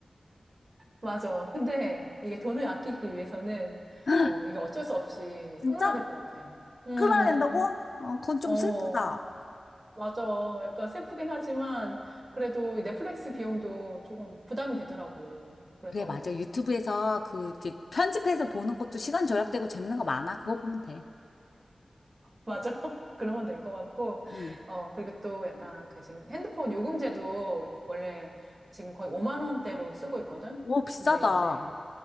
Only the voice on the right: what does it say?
맞아. 근데 이게 돈을 아끼기 위해서는
어 이게 어쩔 수 없이
끊어야 될 것 같아. 음.
어.
맞아. 약간 슬프긴 하지만 그래도 이 넷플릭스 비용도 조금 부담이 되더라고. 그래서
맞아. <laughs> 그러면 될 것 같고.
어, 그리고 또 약간 그 지금 핸드폰 요금제도 원래 지금 거의 5만 원대로 쓰고 있거든.
근데 이제